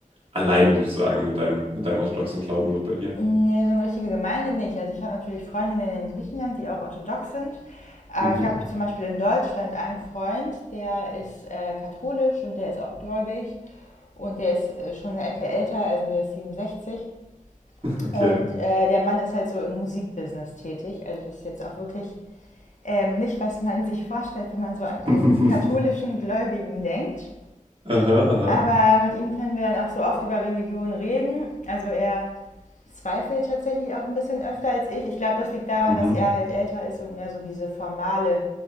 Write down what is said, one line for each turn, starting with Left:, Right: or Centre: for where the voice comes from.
Right: alleine sozusagen mit deinem, mit deinem orthodoxen Glauben dort bei dir?
Left: Nee, so eine richtige Gemeinde nicht. Also ich habe natürlich Freundinnen in Griechenland, die auch orthodox sind. Aber
Right: Mhm,
Left: ich habe zum Beispiel in Deutschland einen Freund, der ist äh, katholisch und der ist auch gläubig. Und der ist äh, schon eine Ecke älter, also der ist 67.
Right: okay.
Left: Und äh, der Mann ist halt so im Musikbusiness tätig. Also das ist jetzt auch wirklich ähm, nicht, was man sich vorstellt, wenn man so an einen
Right: <laughs>
Left: katholischen Gläubigen denkt.
Right: Aha, aha.
Left: Aber mit ihm können wir dann auch so oft über Religion reden. Also er zweifelt tatsächlich auch ein bisschen öfter als ich. Ich glaube, das liegt daran,
Right: Mhm,
Left: dass er halt älter ist und mehr so diese formale